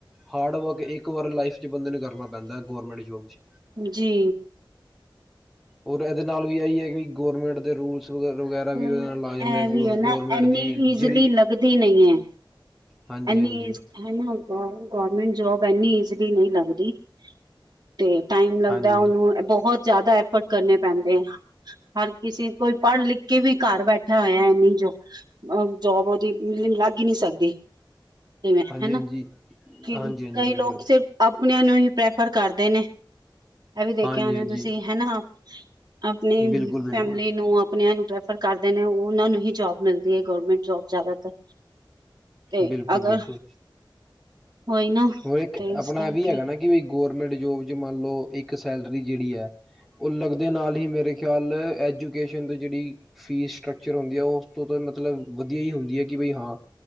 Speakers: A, in the centre; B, on the right (about 50°).
A: ਹਾਰਡ ਵਰਕ ਇੱਕ ਵਾਰ ਲਾਈਫ ਬੰਦੇ ਨੂੰ ਕਰਨਾ ਪੈਂਦਾ ਗਵਰਮੈਂਟ ਜੋਬ 'ਚ
B: ਜੀ
A: ਔਰ, ਇਹਦੇ ਨਾਲ ਵੀ ਆਹੀ ਹੈਗੀ ਗੌਰਰਮੈਂਟ ਦੇ ਰੂਲਸ <inaudible> ਵਗੈਰਾ
B: ਪਰ
A: ਵੀ ਉਹਦੇ ਨਾਲ ਲਾ ਜਾਂਦਾ
B: ਇਹ
A: ਗ
B: ਵੀ ਹੈ ਨਾ
A: ਗੌਰਰਮੈਂਟ
B: ਇੰਨੀ
A: ਦੀ
B: ਈਜ਼ਲੀ
A: ਜਿਹੜੀ
B: ਨਹੀਂ ਐ।
A: ਹਾਂਜੀ
B: ਇਨੀ
A: ਹਾਂਜੀ
B: ਏਜ <inaudible> ਗਰਮੈਂਟ ਜੋਬ ਐਨੀ ਈਜ਼ਲੀ ਨਹੀਂ ਲੱਗਦੀ। ਤੇ ਟਾਈਮ ਲੱਗਦਾ
A: ਹਾਂਜੀ ਹਾਂਜੀ
B: ਉਹਨੂੰ ਬਹੁਤ ਜ਼ਿਆਦਾ ਐਫਰਟ ਕਰਨੇ ਪੈਂਦੇ ਆ ਹਰ ਕਿਸੇ ਕੋਈ ਪੜ੍ਹ ਲਿਖ ਕੇ ਵੀ ਘਰ ਬੈਠਾ ਹੋਇਆ ਹੈ, ਨਹੀਂ ਜੋ ਔਰ ਜੋਬ ਉਹਦੀ ਮ ਲੱਗ ਹੀ ਨਹੀਂ ਸਕਦੀ <inaudible>
A: ਹਾਂਜੀ
B: ਹਨਾ
A: ਹਾਂਜੀ
B: ਕਿ
A: ਹਾਂਜੀ ਹਾਂਜੀ
B: ਕਈ
A: ਬਿਲਕੁਲ
B: ਲੋਕ ਸਿਰਫ ਆਪਣਿਆਂ ਆਂ ਨੂੰ ਹੀ ਪ੍ਰੈ ਪਰ ਕਰਦੇ ਨੇ ਇਹ ਵੀ ਦੇਖਿਆ
A: ਹਾਂਜੀ
B: ਹੋਣੇ
A: ਹਾਂਜੀ
B: ਤੁਸੀਂ ਹਨਾ ਆਪਣੀ
A: ਬਿਲਕੁਲ ਬਿਲਕੁਲ
B: ਫੈਮਿਲੀ ਨੂੰ ਆਪਣਿਆਂ ਨੂੰ ਪ੍ਰੇ ਫਰ ਕਰਦੇ ਨੇ ਉਹਨਾਂ ਨੂੰ ਹੀ ਜੋਬ ਮਿਲਦੀ ਹੈ। ਗਵਰਮੈਂਟ ਜੋਬ ਜ਼ਿਆਦਾਤਰ ਤੇ
A: ਬਿਲਕੁਲ-ਬਿਲਕੁਲ,
B: ਅਗਰ ਹੋਈ ਨਾ
A: ਹੋਰ ਇੱਕ
B: ਤੇ ਇਸ
A: ਆਪਣਾ
B: ਕਰਕੇ
A: ਵੀ ਹੈਗਾ ਨਾ ਕਿ ਬ ਗੌਰਰਮੈਂਟ ਜੋਬ ਚ ਮੰਨ ਲਓ ਇੱਕ ਸੈਲਰੀ ਜਿਹੜੀ ਹੈ, ਉਹ ਲੱਗਦੇ ਨਾਲ ਹੀ ਮੇਰੇ ਖਿਆਲ ਐਜੂਕੇਸ਼ਨ ਦੀ ਜਿਹੜੀ ਫੀਸ ਸਟਰਕਚਰ ਹੁੰਦੀ ਹੈ, ਉਸ ਤੋਂ ਤਾਂ ਮਤਲਬ ਵਧੀਆ ਹੀ ਹੁੰਦੀ ਹੈ। ਕਿ ਬਈ ਹਾਂ